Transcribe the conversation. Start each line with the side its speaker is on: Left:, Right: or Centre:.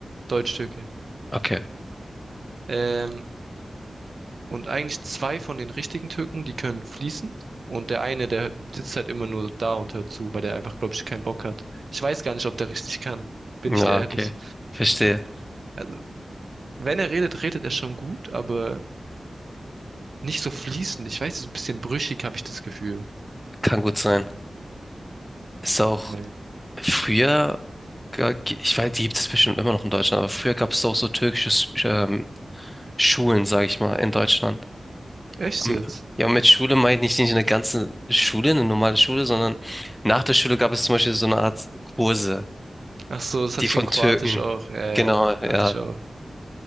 Right: Deutsch-Türke.
Centre: Okay.
Right: Ähm, und eigentlich zwei von den richtigen Türken, die können fließend. Und der eine, der sitzt halt immer nur da und hört zu, weil der einfach, glaube ich, keinen Bock hat. Ich weiß gar nicht, ob der richtig kann. Bin
Centre: Ja,
Right: ich dir ehrlich.
Centre: okay. Verstehe.
Right: Also, wenn er redet, redet er schon gut, aber nicht so fließend. Ich weiß, so ein bisschen brüchig habe ich das Gefühl.
Centre: Kann gut sein. Ist auch
Right: Naja.
Centre: früher. Ga- gi- Ich weiß, die gibt es bestimmt immer noch in Deutschland, aber früher gab es auch so türkische Sch- ähm, Schulen, sage ich mal, in Deutschland.
Right: Echt
Centre: Am-
Right: jetzt?
Centre: Ja, und mit Schule meine ich nicht nicht eine ganze Schule, eine normale Schule, sondern nach der Schule gab es zum Beispiel so eine Art Kurse,
Right: Ach so, das hatte
Centre: die von
Right: ich in Kroatisch
Centre: Türken.
Right: auch. Ja,
Centre: Genau,
Right: ja, ja,
Centre: ja,
Right: hatte ich auch.